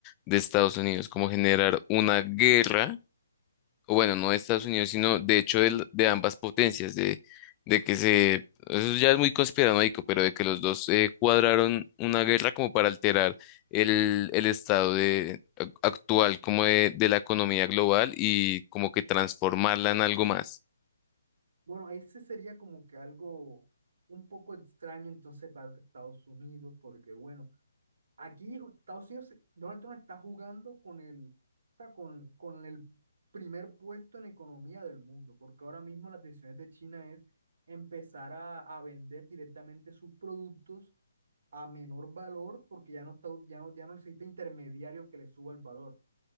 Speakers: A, on the left; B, on the right.
A: de Estados Unidos, como generar una guerra o bueno, no de Estados Unidos, sino de hecho del- de, ambas potencias, de, de que se, eso ya es muy conspiranoico, pero de que los dos eh, cuadraron una guerra como para alterar el, el estado de, ac- actual como de, de la economía global y como que transformarla en algo más.
B: Bueno, ese sería como que algo un poco extraño entonces para Estados Unidos, porque bueno, Aquí Estados Unidos, eh, Donald Trump está jugando con el, o sea, con, con el primer puesto en economía del mundo, porque ahora mismo las decisiones de China es empezar a, a vender directamente sus productos a menor valor, porque ya no está, ya no, ya no necesita intermediario que le suba el valor.